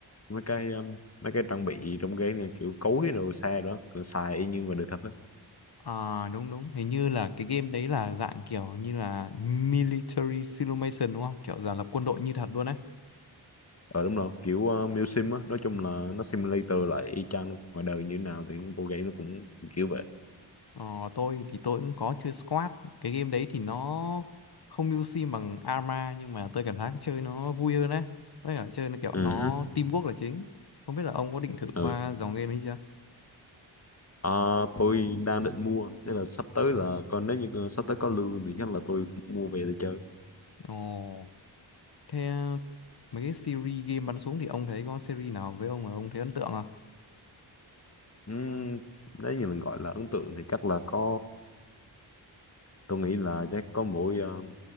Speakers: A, on the left; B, on the left.
A: mấy cái um, mấy cái trang bị trong game này kiểu cối đồ xe đó kiểu xài y như ngoài đời thật á
B: À, đúng đúng, hình như là cái game đấy là dạng kiểu như là military simulation đúng không? Kiểu giả lập quân đội như thật luôn á.
A: ờ đúng rồi kiểu uh, Sim Sim á nói chung là nó simulator lại y chang ngoài đời như thế nào thì bộ game nó cũng kiểu vậy
B: Ờ, tôi thì tôi cũng có chơi Squad. Cái game đấy thì nó không mưu sim bằng Arma nhưng mà tôi cảm thấy chơi nó vui hơn á. Với cả chơi nó kiểu
A: ừ
B: nó
A: hứ.
B: teamwork là chính. Không biết là ông có định thử
A: Ừ.
B: qua dòng game ấy chưa?
A: À, tôi đang định mua thế là sắp tới là còn nếu như sắp tới có lương thì chắc là tôi mua về để chơi
B: Ồ. Thế ờ, mấy cái series game bắn súng thì ông thấy có series nào với ông là ông thấy ấn tượng không?
A: Ừm, nếu như là gọi là ấn tượng thì chắc là có tôi nghĩ là chắc có mỗi uh,